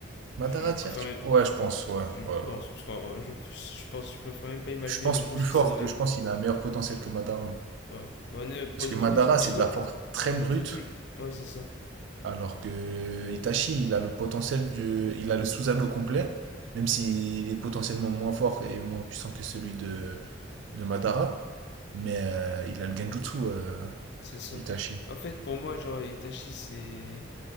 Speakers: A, on the right; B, on the left.
A: Madara
B: je, je préfère.
A: tier tu
B: même-
A: vois. Ouais, je pense, ouais,
B: Je
A: ouais, ouais.
B: pense, parce que euh, je, je pense, je préfère même pas imaginer
A: Je pense
B: le monstre
A: plus fort
B: que ça doit
A: que
B: être.
A: je pense qu'il a un meilleur potentiel que Madara.
B: Ouais. Bah, on est, pour
A: Parce que
B: de tous
A: Madara,
B: les Uchiwa,
A: c'est de la force très brute,
B: de tout le- Ouais, c'est ça.
A: Alors que Itachi, il a le potentiel du, il a le Susanoo complet, même s'il est potentiellement moins fort et moins puissant que celui de, de Madara, mais euh, il a le Genjutsu, euh,
B: C'est ça.
A: Itachi.
B: En fait, pour moi, genre, Itachi, c'est.